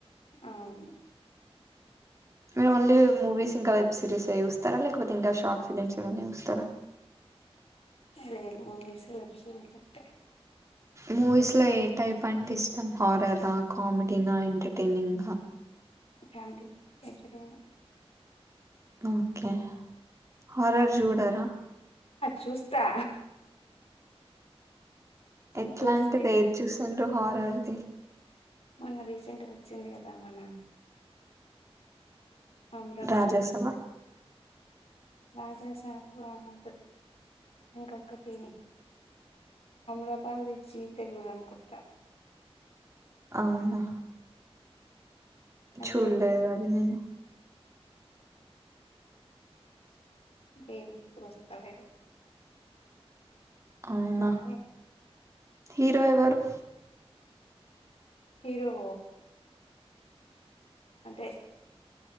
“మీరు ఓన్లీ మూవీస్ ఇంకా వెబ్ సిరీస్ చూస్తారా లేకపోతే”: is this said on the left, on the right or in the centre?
Right